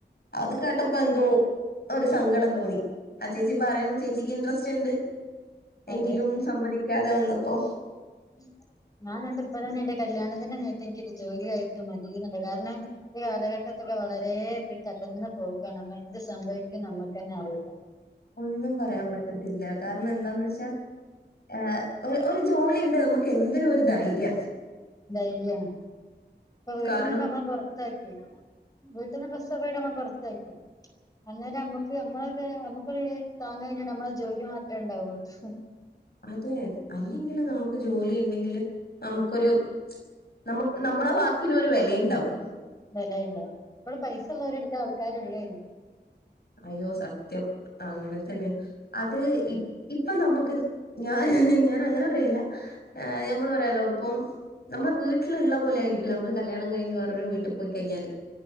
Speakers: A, on the left; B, on the left.
A: അത് കേട്ടപ്പോ എന്തോ ഒരു സങ്കടം തോന്നി ആഹ് ചേച്ചി പറയുമ്പോൾ ചേച്ചിക്ക് ഇൻട്രസ്റ്റ് ഉണ്ട് എങ്കിലും
B: അതെ
A: സമ്മതിക്കാതെ വന്നപ്പോ
B: <unintelligible> ഞാൻ ട്ട ഇപ്പ തന്നെ എന്റെ കല്യാണത്തിന് നേട്ട് എനിക്കൊ ഒരു ജോലിയായിട്ട് മതിയുന്നുണ്ട് കാരണം ഈ കാലഘട്ടത്തൊക്കെ വളര കടന്ന് പോകാണ് എന്ത് സംഭവിക്കുന്ന്‌ നമ്മുക്ക് തന്നെ അറിയില്ല
A: ഒന്നും പറയാൻ പറ്റത്തില്ല കാരണം എന്താന്ന് വെച്ചാ ആഹ് ഒരു ജോലിയുണ്ടെ നമ്മുക്ക് എന്തിനും ഒരു ധൈര്യ
B: ധൈര്യാണ് ഇപ്പൊ വീട്ടിൽന്ന്പ്പറഞ്ഞ
A: കാരണം
B: പുറ പുത്താക്കി വീട്ടിന്ന് <unintelligible> പുറത്താക്കി അന്നേരം നമ്മുക്ക് നമ്മളൊക്ക നമ്മുക്കൊരു താങ്ങായിട്ട് നമ്മള ജോലി മാത്രമേ ഉണ്ടാവുള്ളു
A: അതെ അല്ലെങ്കിൽ നമുക്ക് ജോലി ണ്ടെങ്കിൽ നമുക്കൊരു നമ നമ്മളെ വാക്കിന് ഒരു വിലയുണ്ടാവും
B: വിലയുണ്ടാവും <unintelligible> പൈസ ഉള്ളരെടുത്തെ ആൾക്കാരുള്ളെ
A: അയ്യോ സത്യം അങ്ങനെ തന്നെ അത് ഇപ്പം നമുക്ക് ഞ ഞാൻ അങ്ങനെ പറയല്ല ആഹ് ഞമ്മൾ പറയാല്ലോ ഇപ്പം നമ്മൾ വീട്ടിലുള്ള പോലെ ആയിരിക്കില്ല നമ്മള് കല്യാണം കഴിഞ്ഞ് വേറൊരു വീട്ടിൽ പോയി കഴിഞ്ഞാല്